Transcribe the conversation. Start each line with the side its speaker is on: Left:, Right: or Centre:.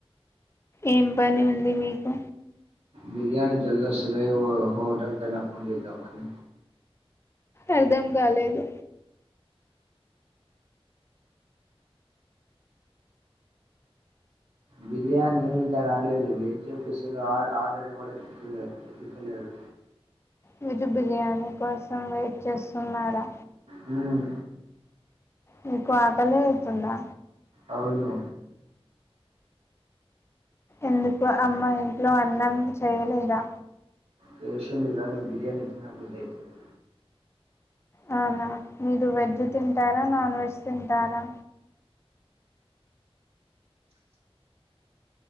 Left: ఏం పని ఉంది మీకు
Right: బిర్యానీ జల్దీవస్థలేదు హోటల్ కైనా ఫోన్ చేద్దాం అని
Left: అర్ధం కాలేదు.
Right: బిర్యానీ ఇంకా రాలేదు. వెయిట్ చూపిస్తుంది ఆర్డర్ ఆర్డర్ ఎవరు ఎత్తుతలేరు ఎత్తుతలేడు.
Left: మీరు బిర్యానీ కోసం వెయిట్ చేస్తున్నారా!
Right: హ్మ్
Left: నీకు ఆకలే అయితుందా
Right: అవును
Left: ఎందుకు అమ్మ ఇంట్లో అన్నం చేయలేదా
Right: చేసింది కానీ బిర్యానీ తిన బుద్ధిఅయితుంది
Left: హహ మీరు వెజ్ తింటారా నాన్ వెజ్ తింటారా